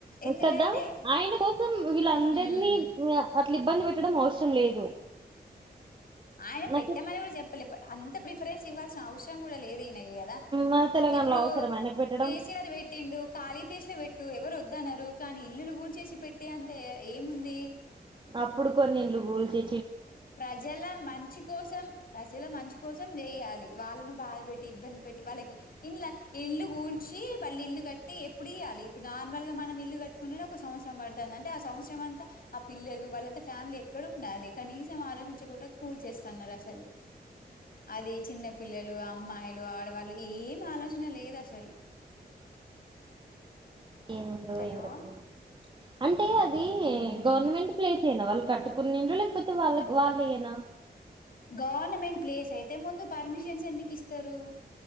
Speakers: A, on the left; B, on the right.
A: ఎందుకంటే
B: కదా ఆయన కోసం వీళ్ళందరినీ
A: హ్మ్.
B: అట్లా ఇబ్బంది పెట్ ట్టడం అవసరం లేదు
A: ఆయన
B: నాకు
A: పెట్టమని కూడా చెప్పలే అంత ప్రిఫరెన్స్ ఇవ్వాల్సిన అవసరం కూడా లేద్ దినగి కదా
B: మన తెలంగాణలో
A: ఇప్పుడు
B: అవసరం ఆయనకు పెట్టడం
A: కే సి ఆర్ పెట్టిండు కాలి ప్లేస్ల పెట్టు ఎవరు ఒద్దన్నారు కానీ ఇల్లులు కూల్చేసి పెట్టే అంత ఏముంది
B: అప్పుడు కొన్ని ఇండ్లు గూల్చి
A: ప్రజల మంచి కోసం ప్రజల మంచి కోసం చేయాలి వాళ్ళను బాధ పెట్టి ఇబ్బంది పెట్టి వాళ్ళకి ఇండ్ల ఇల్లు కూల్చి మళ్ళ ఇల్లు కట్టి ఎప్పుడియ్యలి ఇప్పుడు నార్మల్గా మనం ఇల్లు కట్టుకునుడే ఒక సంవత్సరం పడుతాంది అంటే సంవత్సరం అంతా ఆ పిల్ పిల్లలు వాళ్ళంత ఫ్యామిలెక్కడుండాలి కనీసం ఆలోచించకుండా కూల్చేస్తన్నారు అసలు అది చిన్న పిల్లలు అమ్మాయిలు ఆడవాళ్ళకి ఏం ఆలోచన లేదసలు
B: ఏందో
A: హలో
B: ఎం కతనో అంటే అవి
A: ఉమ్
B: గవర్నమెంట్ ప్లేస్ సేనా వాళ్ళు కట్టుకున్నిండ్లు లేకపోతే వాళ్ళక్ వాళ్ళయేనా
A: గవర్నమెంట్ ప్లేసైతే ముందు పర్మిషన్సేందుకిస్తరు